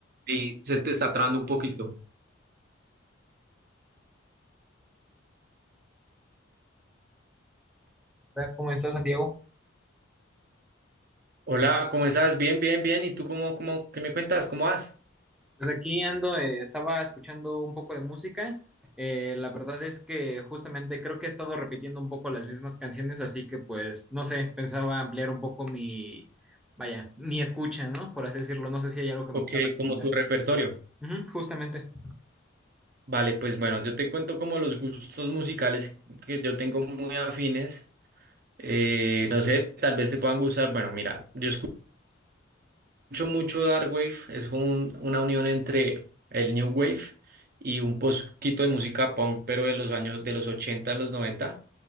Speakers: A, on the right; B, in the centre.
A: y se te está trabando un poquito.
B: tal? ¿Cómo estás, Santiago?
A: Hola, ¿cómo estás? Bien, bien, bien. ¿Y tú cómo, cómo, qué me cuentas? ¿Cómo vas?
B: Pues aquí ando, eh, estaba escuchando un poco de música. Eh, la verdad es que justamente creo que he estado repitiendo un poco las mismas canciones, así que pues, no sé, pensaba ampliar un poco mi, vaya, mi escucha, ¿no? Por así decirlo. No sé si hay algo que
A: ¿O
B: me pueda
A: qué,
B: recomendar.
A: como tu repertorio?
B: Ujú, justamente.
A: Vale, pues bueno, yo te cuento como los gustos musicales que yo tengo muy afines. Eh, no sé, tal vez te puedan gustar. Bueno, mira, yo escucho mucho Dark Wave, es como un- una unión entre el New Wave y un poquito de música punk, pero de los años de los ochenta, a los noventa,